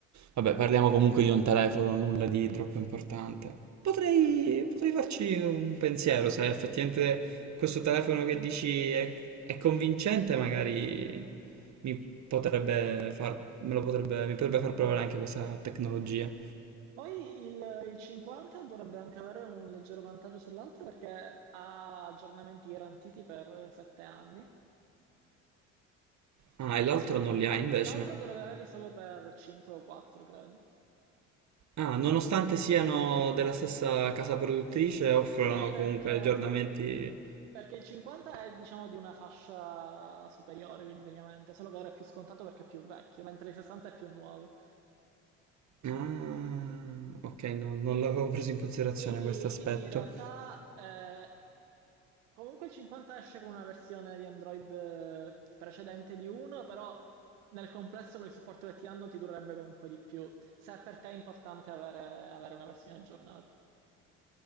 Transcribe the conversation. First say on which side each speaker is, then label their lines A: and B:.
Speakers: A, on the right; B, on the right.
A: Vabbè, parliamo comunque di un telefono, nulla di troppo importante. Potrei,
B: No.
A: potrei farci un pensiero se effettivamente questo telefono che dici è, è convincente, magari mi potrebbe far, me lo potrebbe, mi potrebbe far provare anche questa tecnologia.
B: Poi il, il 50 dovrebbe anche avere un leggero vantaggio sull'altro perché ha aggiornamenti garantiti per 7 anni.
A: Ah, e l'altro non li ha invece.
B: L'altro dovrebbe averli solo per 5 o 4, credo.
A: Ah, nonostante siano della stessa casa produttrice,
B: S-
A: offrono
B: Sì, perché,
A: comunque aggiornamenti.
B: perché il 50 è diciamo di una fascia superiore ovviamente, solo che ora è più scontato perché è più vecchio, mentre il 60 è più nuovo.
A: Ah, ok, no- non
B: Quindi,
A: l'avevo preso in considerazione
B: quindi-
A: questo aspetto.
B: quindi in realtà eh, comunque il 50 esce con una versione di Android eh, precedente di 1, però nel complesso con il supporto che ti hanno ti durerebbe comunque di più, se per te è importante avere avere una versione aggiornata.